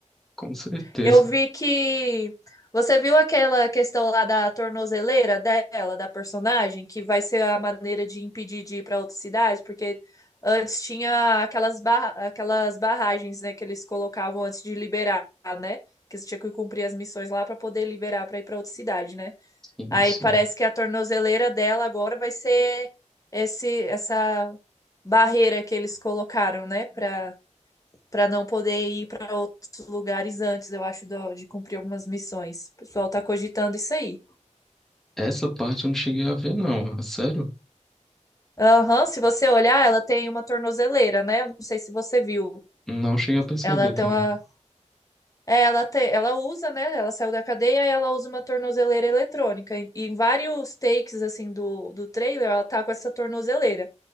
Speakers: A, in the centre; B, on the left.
A: Com certeza.
B: Eu vi que você viu aquela questão lá da tornozeleira dela, da personagem, que vai ser a maneira de impedir de ir para outras cidades, porque antes tinha aquelas, barra... aquelas barragens, né, que eles colocavam antes de liberar, né? Que você tinha que cumprir as missões lá para poder liberar para ir para outra cidade, né?
A: Sim,
B: Aí
A: sim.
B: parece que a tornozeleira dela agora vai ser esse essa barreira que eles colocaram, né, para para não poder ir para outros lugares antes, eu acho, do- de cumprir algumas missões. O pessoal tá cogitando isso aí.
A: Essa parte eu não cheguei a ver, não. É Sério?
B: Aham, se você olhar, ela tem uma tornozeleira, né? Eu não sei se você viu.
A: Não cheguei a perceber
B: Ela tem
A: também.
B: uma. É, ela tem, ela usa, né? Ela saiu da cadeia e ela usa uma tornozeleira eletrônica. E em vários takes, assim, do, do trailer, ela tá com essa tornozeleira.